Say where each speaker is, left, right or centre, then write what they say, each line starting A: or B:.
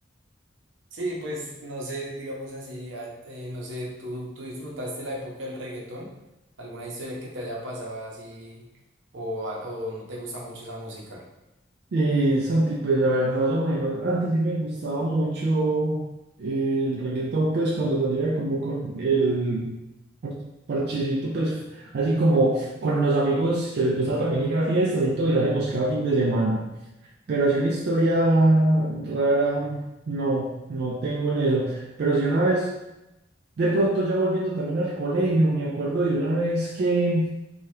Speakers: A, on the right; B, on the right.
A: Sí, pues no sé, digamos así, a- eh, no sé, ¿tú, tú disfrutaste la época del reggaetón? ¿Alguna historia que te haya pasado así o, al- o no te gusta mucho esa música?
B: Eh, Santi, pues a ver, más o menos, antes sí me gustaba mucho eh, el reggaetón, pues cuando salía como con el parchecito, pues así como con los amigos que les gusta también ir a fiestas y todo, y salíamos cada fin de semana. Pero así una historia rara, no, no tengo en eso. Pero sí una vez, de pronto ya volviendo también al colegio, me acuerdo de una vez que